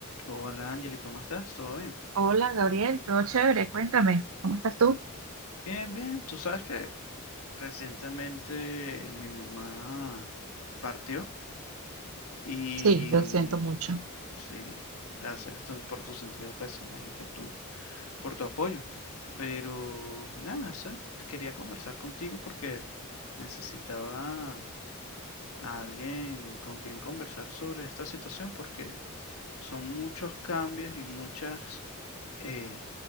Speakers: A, on the left (about 80°); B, on the right (about 75°).
A: Hola Angeli, ¿cómo estás? ¿Todo bien?
B: Hola Gabriel, todo chévere, cuéntame, ¿cómo estás tú?
A: Bien, bien. Tú sabes que recientemente mi mamá partió y
B: Sí, lo siento mucho.
A: sí, gracias tú por tu sentido pésame y por tu, por tu apoyo. Pero nada, o quería conversar contigo porque necesitaba a alguien con quien conversar sobre esta situación porque son muchos cambios y muchas eh,